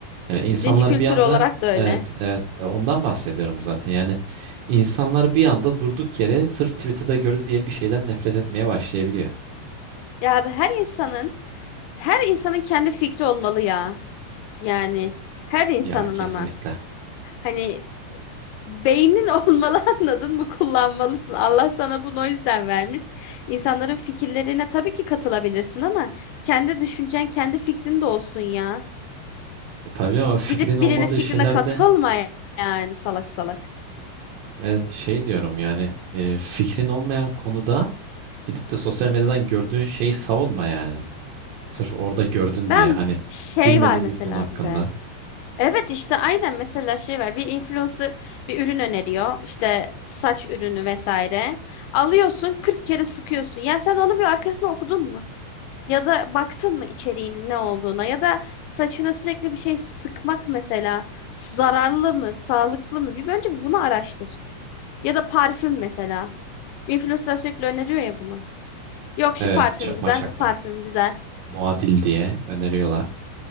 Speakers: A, on the right; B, on the left.
A: Yani insanlar
B: Linç kültürü
A: bir anda
B: olarak da öyle.
A: evet evet e, ondan bahsediyorum zaten. Yani insanlar bir anda durduk yere sırf Twitter'da gördü diye bir şeyden nefret etmeye başlayabiliyor.
B: Ya abi her insanın her insanın kendi fikri olmalı ya. Yani her insanın
A: Ya kesinlikle.
B: ama. Hani Beynin olmalı <laughs> anladın mı? Kullanmalısın. Allah sana bunu o yüzden vermiş. İnsanların fikirlerine tabii ki katılabilirsin ama kendi düşüncen, kendi fikrin de olsun ya.
A: E, tabii canım ama fikrin
B: Gidip birinin
A: olmadığı
B: fikrine
A: şeylerde
B: katılma yani salak salak.
A: evet, şey diyorum yani e, fikrin olmayan konuda gidip de sosyal medyadan gördüğün şeyi savunma yani. Sırf orada gördün
B: Ben
A: diye hani
B: şey
A: bilmediğin
B: var mesela
A: bir konu hakkında.
B: bir de. Evet işte aynen mesela şey var. Bir influencer bir ürün öneriyor. işte saç ürünü vesaire. Alıyorsun 40 kere sıkıyorsun. Ya sen onu bir arkasına okudun mu? Ya da baktın mı içeriğinin ne olduğuna ya da saçına sürekli bir şey sıkmak mesela zararlı mı, sağlıklı mı? Bir önce bir bunu araştır. Ya da parfüm mesela. Influencer sürekli öneriyor ya bunu. Yok şu
A: Evet,
B: parfüm
A: çakma
B: güzel,
A: çakma.
B: bu parfüm güzel.
A: Muadil diye öneriyorlar.